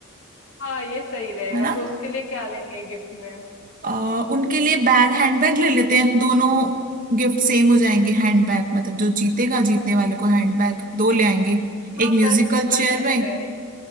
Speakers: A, on the left; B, on the right.
A: हाँ ये सही रहेगा
B: है ना
A: तो उसके लिए क्या लेंगे गिफ्ट में
B: आ, उनके लिए बैग हैंडबैग ले लेते हैं दोनों गिफ्ट सेम हो जाएंगे हैंडबैग मतलब जो जीतेगा जीतने वाले को हैंडबैग दो ले आएंगे
A: हाँ
B: एक म्यूजिकल
A: कर कर
B: चेयर
A: सकते
B: में
A: हैं ये